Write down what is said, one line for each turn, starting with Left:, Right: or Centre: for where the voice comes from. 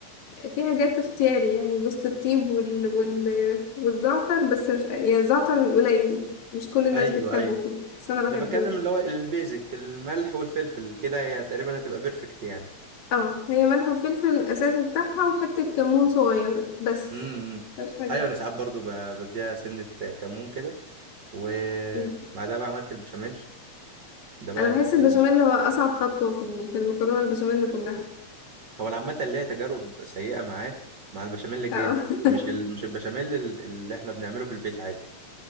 Left: في حاجات اختياري يعني جوز الطيب وال... وال... والزعتر بس مش يعني الزعتر قليل مش كل الناس
Right: ايوه
Left: بتحبه
Right: ايوه
Left: فيه بس انا
Right: انا
Left: بحبه
Right: بتكلم اللي هو البيزك الملح والفلفل كده هي تقريبا هتبقى بيرفكت يعني
Left: اه هي ملح وفلفل الاساسي بتاعها وحتة كمون صغيرة بس
Right: امم
Left: مش حاجة
Right: ايوه انا ساعات برضو ب- بديها سنة كمون كده وبعدها
Left: مم.
Right: بقى عملت البشاميل ده بقى
Left: انا
Right: اللي
Left: بحس البشاميل
Right: كان
Left: هو اصعب خطوة في ال- في المكرونة البشاميل كلها
Right: هو انا عامة ليا تجارب سيئة معاه مع البشاميل الجاهز
Left: اه <laughs>
Right: مش ال... مش البشاميل ال- اللي احنا بنعمله في البيت عادي